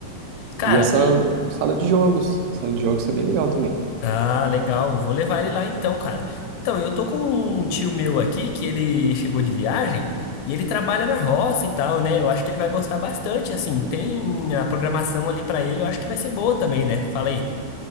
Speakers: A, on the left (about 80°); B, on the right (about 85°).
A: Cara,
B: E essa
A: e
B: sala de jogos. A sala de jogos tá bem legal também.
A: Ah, legal. Vou levar ele lá então, cara. Então, eu tô com um tio meu aqui que ele chegou de viagem e ele trabalha na roça e tal, né? Eu acho que ele vai gostar bastante, assim. Tem a programação ali pra ele, eu acho que vai ser boa também, né? Fala aí.